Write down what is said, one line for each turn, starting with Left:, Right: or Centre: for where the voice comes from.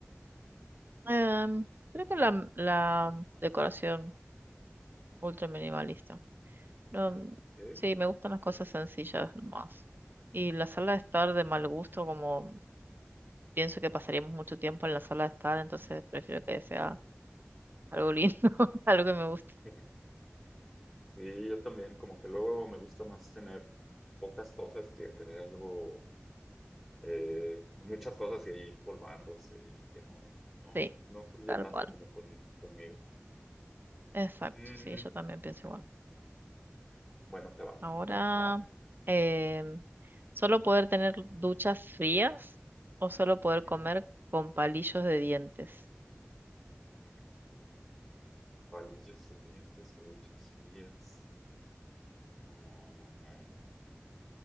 Right: Em, creo que la, la decoración ultra minimalista. No,
Centre: Sí.
Right: sí, me gustan las cosas sencillas más. Y la sala de estar de mal gusto, como pienso que pasaríamos mucho tiempo en la sala de estar, entonces prefiero que sea algo lindo, <laughs> algo que me guste.
Centre: Ujú. Sí, yo también, como que luego me gusta más tener pocas cosas que tener algo, eh, muchas cosas y ahí polvándose y que no, no,
Right: Sí,
Centre: no fluye
Right: tal
Centre: tanto
Right: cual.
Centre: como con, conmigo.
Right: Exacto,
Centre: Mm,
Right: sí, yo también pienso igual.
Centre: bueno, te va.
Right: Ahora, em, solo poder tener duchas frías o solo poder
Centre: Ujú.
Right: comer con palillos de dientes.
Centre: Mm, Palillos de dientes o duchas frías. No, no, no, no.